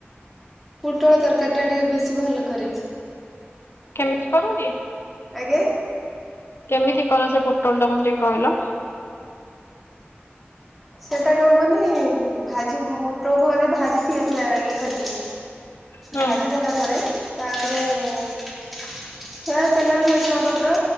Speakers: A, in the centre; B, on the left.
A: ପୁଟଳ ତରକାରୀଟା ଟିକେ ବେଶୀ ଭଲ କରେ।
B: କେମିତି କର କି?
A: ଆଜ୍ଞା।
B: କେମିତି କର ସେ ପୋଟଳ ଟା ମୋତ ଟିକେ କହିଲ?
A: ସେଟା କଣ କୁଅନି, ଭାଜି ବୁଟଳକୁ ଆଗେ ଭାଜିଦିଏ, ପୁରା ଇଏ କରିକି।
B: ହୁଁ
A: ଭାଜି ଦେଲା ପରେ ତାପରେ, ସେଟା ତେଲରେ ବୁସଣ ପତ୍ର,